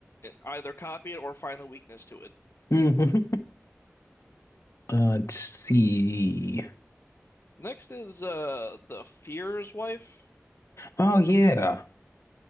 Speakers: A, on the left; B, on the left.
A: Either copy it or find the weakness to it.
B: hmm Uh, <laughs> let's see.
A: Next is uh the Fear's wife.
B: Oh yeah.